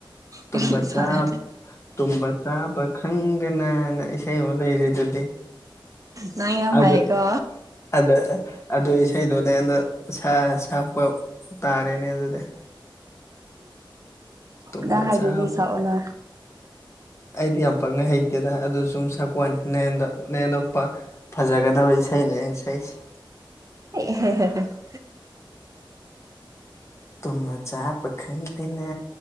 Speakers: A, on the left (about 35°); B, on the right (about 40°).
A: ꯇꯨꯝꯕ
B: ꯀꯔꯤ ꯁꯥꯏ
A: ꯆꯥꯕ ꯇꯨꯝꯕ ꯆꯥꯕ ꯈꯪꯗꯅꯅ ꯏꯁꯩ ꯑꯃ ꯂꯩꯔꯤꯗꯨꯗꯤ꯫
B: ꯅꯪ ꯌꯥꯝ
A: ꯑꯗꯨ
B: ꯍꯩꯌꯦꯀꯣ꯫
A: ꯑꯗ ꯑꯗꯨ ꯏꯁꯩꯗꯨꯅꯦ ꯃ ꯁꯥ ꯁꯛꯄ ꯇꯥꯔꯦꯅꯦ ꯑꯗꯨꯗꯤ꯫ ꯇꯨꯝꯕ
B: ꯅꯪ ꯍꯥꯏꯗꯨꯗꯤ
A: ꯆꯥꯕ
B: ꯁꯛꯑꯣꯅ꯫
A: ꯑꯩꯗꯤ ꯌꯥꯝ ꯄꯛꯅ ꯍꯩꯇꯦꯗ ꯑꯗꯨ ꯁꯨꯝ ꯁꯛꯀꯣꯋꯥꯅꯤ ꯅꯌꯦꯟꯗ ꯅꯌꯦꯟꯗꯅꯨꯄ꯫ ꯐꯖꯒꯗꯕ ꯏꯁꯩꯅꯦ ꯑꯩꯅ ꯁꯛꯏꯁꯦ꯫
B: <unintelligible>
A: ꯇꯨꯝꯕ ꯆꯥꯕ ꯈꯪꯗꯅ